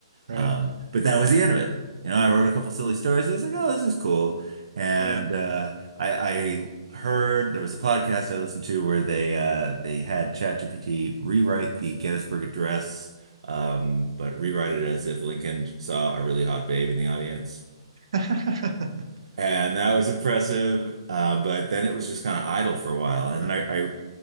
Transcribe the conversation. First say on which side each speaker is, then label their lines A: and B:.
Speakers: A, on the right; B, on the right.
A: Right.
B: Um, but that was the end of it. You know, I wrote a couple silly stories. I was like, oh, this is cool. And
A: Yeah.
B: uh, I, I heard there was a podcast I listened to where they uh, they had ChatGPT rewrite the Gettysburg Address, um, but rewrite it as if Lincoln saw a really hot babe in the audience.
A: <laughs>
B: And that was impressive. Uh, but then it was just kind of idle for a while. And then I, I